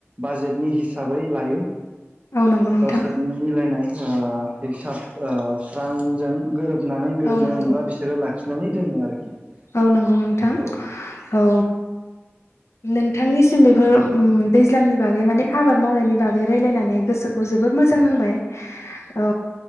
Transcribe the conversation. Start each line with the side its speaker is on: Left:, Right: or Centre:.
Right: बाजेटनि हिसाबै लायो।
Left: औ नंगौ नोंथां
Right: गावसोरनि मिलायनाय ओ हिसाब ओ रांजों गोरोब नानै गोरोबनाय
Left: औ नंगौ
Right: मोनबा बिसोरो लाखिनानै दोनो आरोखि <inaudible>
Left: औ नंगौ नोंथां
Right: औ <inaudible>
Left: औ नोंथांनिसिम बेफोर उम दैज्लांनि बागै माने आबाद मावनायनि बागै रायलायनानै गोसोखौ जोब बोर मोजां नांबाय <unintelligible> औ